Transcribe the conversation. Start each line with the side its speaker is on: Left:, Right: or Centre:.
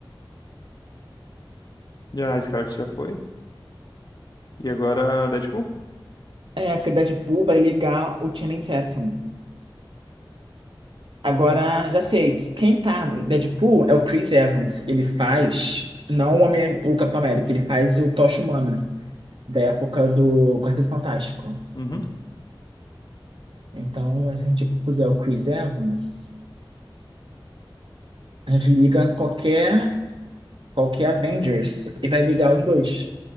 Left: Já, a Scarlett já foi. E agora, Deadpool?
Right: É, porque Deadpool vai ligar o Channing Tatum. Agora, já sei, quem tá no Deadpool é o Chris Evans. Ele faz, não o, Homem, o Capitão América, ele faz o Tocha Humana, da época do Quarteto Fantástico.
Left: Uhum.
Right: Então, se a gente puser o Chris Evans, a gente liga qualquer, qualquer Avengers e vai ligar os dois.